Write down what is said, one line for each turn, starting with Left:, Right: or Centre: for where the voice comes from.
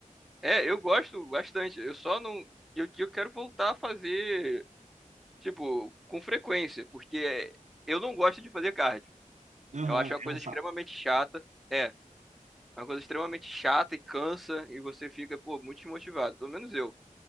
Centre: É, eu gosto bastante. Eu só não. Eu, eu quero voltar a fazer, tipo, com frequência, porque eu não gosto de fazer cardio.
Right: Aham,
Centre: Eu acho uma coisa
Right: é um saco.
Centre: extremamente chata. É, uma coisa extremamente chata e cansa, e você fica, pô, muito desmotivado. Pelo menos eu.